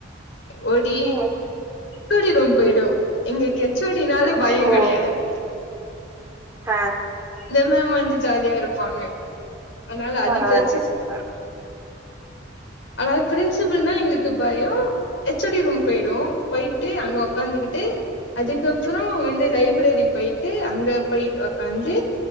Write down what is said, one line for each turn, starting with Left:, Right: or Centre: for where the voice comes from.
Left: ஓடி
Right: ம்
Left: டி ரூம் போயிடும் எங்களுக்கு எச்சோடினாலே
Right: ம்
Left: பயம்
Right: ம்
Left: கிடையாது
Right: ஆ
Left: இந்த மேம் வந்து ஜாலியா இருப்பாங்க அதனால
Right: பரவால்லயே
Left: அது பிரச்சனை
Right: சூப்பர்
Left: அதாவது பிரின்சிபல்னா எங்களுக்கு பயம் எச்ஓடி ரூம் போய்டுவோம் போயிட்டு அங்க உக்காந்துகிட்டு அதுக்கப்புறம் வந்து லைப்ரரி போயிட்டு அங்க போயி உக்காந்து